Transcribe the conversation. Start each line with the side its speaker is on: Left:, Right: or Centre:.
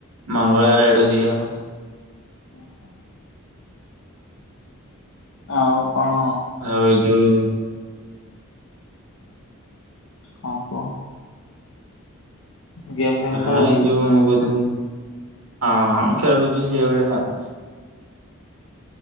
Right: ମଙ୍ଗଳାଆର ଆଡୁକୁ ଯିବା ଆଉ।
Left: ହୁଁ ହୁଁ। ଆଉ କଣ
Right: ଆଉ ଏ ଯୋଉ
Left: କଁ କୁହ? ଗେମ୍ ଫେମ୍
Right: ହଁ
Left: ଖେଳ ହଉଛି
Right: ଏଇ
Left: ନା?
Right: ଯୋଉ ମୁଁ କହୁଥିଲି ହଁ ଖେଳୁଛି ସେଇଭଳିଆ ଆଉ।